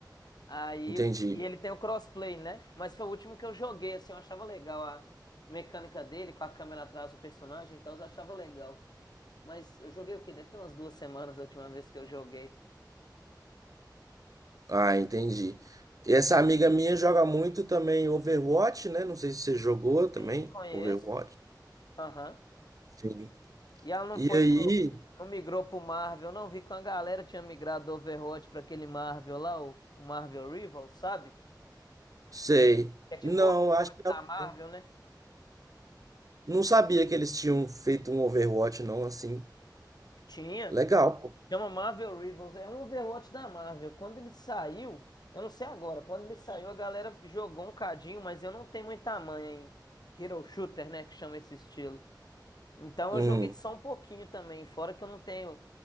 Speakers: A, on the left; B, on the right.
A: Aí,
B: Entendi.
A: e ele tem o crossplay, né? Mas foi o último que eu joguei, assim, eu achava legal a mecânica dele, com a câmera atrás do personagem e tal, eu achava legal. Mas eu joguei o quê? Deve ter umas duas semanas da última vez que eu joguei.
B: Ah, entendi. Essa amiga minha joga muito também Overwatch, né? Não sei se você jogou também.
A: Sim, conheço.
B: Overwatch.
A: Aham.
B: Sim.
A: E ela não
B: E
A: foi
B: aí.
A: pro. Não migrou pro Marvel, não. Vi que uma galera tinha migrado do Overwatch pra aquele Marvel lá, o, o Marvel Rivals, sabe?
B: Sei.
A: É tipo
B: Não,
A: o Overwatch
B: acho que
A: da
B: ela
A: Marvel,
B: não.
A: né?
B: Não sabia que eles tinham feito um Overwatch, não, assim.
A: Tinha.
B: Legal, pô.
A: Chama Marvel Rivals, é um Overwatch da Marvel. Quando ele saiu, eu não sei agora, quando ele saiu a galera jogou um cadinho, mas eu não tenho muita manha em Hero Shooter, né, que chama esse estilo. Então
B: Hum,
A: eu joguei só um pouquinho também, fora que eu não tenho